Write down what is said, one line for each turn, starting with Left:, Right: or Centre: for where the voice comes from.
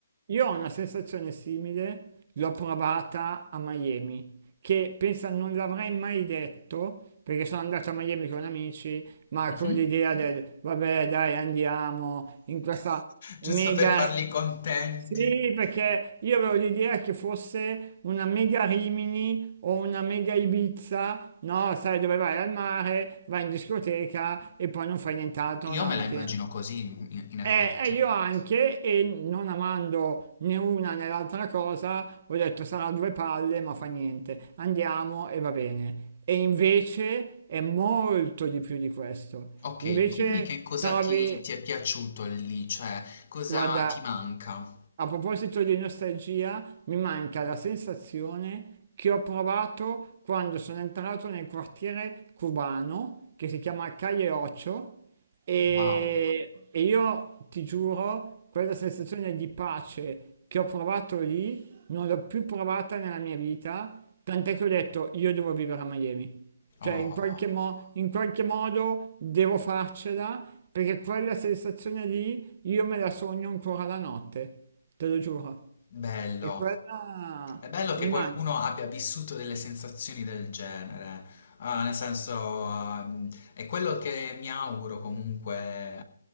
Right: Io ho una sensazione simile, l'ho provata a Miami, che pensa non l'avrei mai detto, perché sono andato a Miami con amici, ma
Left: mh-mh,
Right: con l'idea del vabbè dai andiamo in questa mega...
Left: giusto per farli contenti.
Right: Sì, perché io avevo l'idea che fosse una mega Rimini o una mega Ibiza, no? Sai dove vai al mare, vai in discoteca e poi non fai nient'altro
Left: Io
Right: dalla
Left: me
Right: mattina.
Left: la immagino
Right: alla sera.
Left: così in in effetti.
Right: Eh, eh, io anche, e non amando né una né l'altra cosa, ho detto sarà due palle, ma fa niente, andiamo e va bene. E invece è molto di più di questo.
Left: Ok,
Right: Invece
Left: dimmi che cosa
Right: trovi,
Left: ti, ti è piaciuto lì, cioè cosa
Right: guarda,
Left: ti manca?
Right: a proposito di nostalgia, mi manca la sensazione che ho provato quando sono entrato nel quartiere cubano che si chiama Calle Ocho e,
Left: Wow,
Right: e io ti giuro, quella sensazione di pace che ho provato lì non l'ho più provata nella mia vita, tant'è che ho detto io devo vivere a Miami.
Left: oh,
Right: Cioè, in qualche mo- in qualche modo devo farcela perché quella sensazione lì io me la sogno ancora la notte, te lo giuro.
Left: bello.
Right: E quella
Left: È bello che
Right: mi
Left: qualcuno
Right: manca.
Left: abbia vissuto delle sensazioni del genere, Ah, nel senso, ah, è quello che mi auguro comunque,